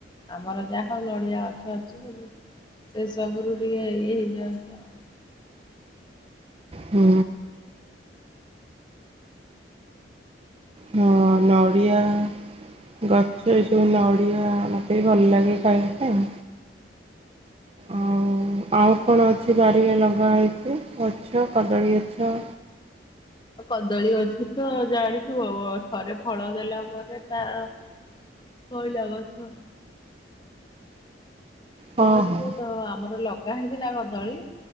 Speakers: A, on the left (about 25°); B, on the right (about 30°).
A: ଆମର ଯାହା ହଉ ନଡିଆ ଗଛ ଅଛି ବୋଲି ସେ ସବୁରୁ ଟିକେ ଇଏ ହେଇଯାଆନ୍ତି ଆଉ।
B: ହୁଁ। ହଁ ନଡ଼ିଆ ଗଛ ଏସବୁ ନଡ଼ିଆ ମୋତେ ବି ଭଲ ଲାଗେ ଖାଇବା ପାଇଁ। ଆଉ ଆଉ କଣ ଅଛି ବାରିରେ ଲଗା ହେଇଚି? ଗଛ କଦଳୀ ଗଛ।
A: କଦଳୀ ଗଛ ତ ଜାଣିଥିବ ଥରେ ଫଳ ଦେଲା ପରେ ତାର କଣ ଲାଗଛ
B: ହଁ
A: ବଥିବ
B: ହଁ
A: ତ ଆମର ଲଗ ଗା ହେଇଥିଲା କଦଳୀ